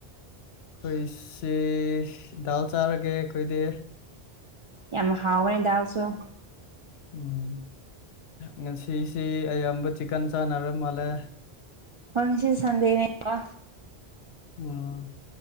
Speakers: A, on the left; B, on the right.
A: ꯑꯩꯈꯣꯏ ꯁꯤ ꯗꯥꯜ ꯆꯥꯔꯒꯦ ꯑꯩꯈꯣꯏꯗꯤ
B: ꯌꯥꯝ ꯍꯥꯎꯅꯤꯗꯥꯥꯎꯁꯨꯣ
A: ꯎꯝ ꯉꯁꯤꯁꯤ ꯑꯌꯥꯝꯕ ꯆꯤꯛꯀꯟ ꯆꯥꯟꯅꯔ ꯃꯥꯜꯂꯦ
B: ꯍꯁꯤ ꯁꯗꯦꯅꯦ ꯋꯥ
A: ꯎꯝ